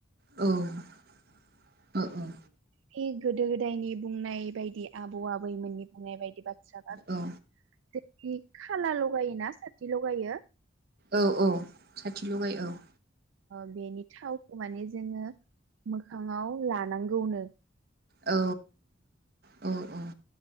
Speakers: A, on the right; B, on the right.
A: औ । औ औ ।
B: बे गोदो गोदायनि बुंनाय बायदि आबौ आबैमोननि बुंनाय बायदि बाथ्राबा
A: औ
B: बे दि खाला लगायोना सा थि लगायो
A: औ औ । साथि लगाय औ ।
B: बेनि थावखौ माने जोङो मोखाङाव लानांगौनो ।
A: औ औ औ ।